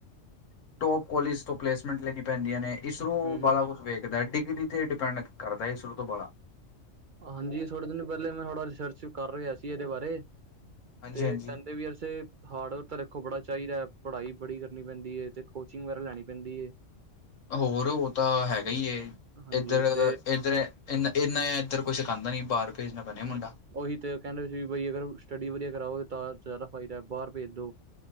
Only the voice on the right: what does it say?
ਹੂੰ-ਹੂੰ,
ਹਾਂਜੀ ਥੋੜੇ ਦਿਨ ਪਹਿਲੇ, ਮੈਂ ਥੋੜ੍ਹਾ ਰਿਸਰਚ ਕਰ ਰਿਹਾ ਸੀ ਇਹਦੇ ਬਾਰੇ।
ਤੇ
ਕਹਿੰਦੇ ਵੀ ਅਸੀ ਹਾਰਡ ਵੱਰਕ ਤਾਂ ਵੇਖੋ ਬੜਾ ਚਾਹੀਦਾ ਹੈ, ਪੜ੍ਹਾਈ ਬੜੀ ਕਰਨੀ ਪੈਂਦੀ ਹੈ, ਤੇ ਕੋਚਿੰਗ ਵਗੈਰਾ ਲੈਣੀ ਪੈਂਦੀ ਹੈ।
ਹਾਂਜੀ
ਤੇ
ਹੂੰ
ਉਹੀ ਤੇ ਕਹਿੰਦੇ ਸੀ ਵੀ ਬਈ ਅਗਰ ਸਟੱਡੀ ਵਧੀਆਾਓ ਤਾਂ ਜ਼ਿਆਦਾ ਫਾਇਦਾ, ਬਾਹਰ ਭੇਜ ਦੋ।